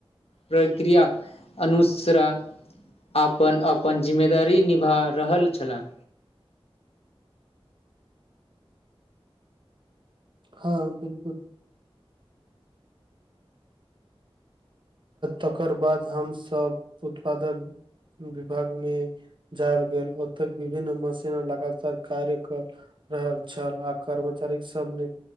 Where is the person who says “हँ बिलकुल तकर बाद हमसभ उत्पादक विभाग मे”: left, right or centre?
Right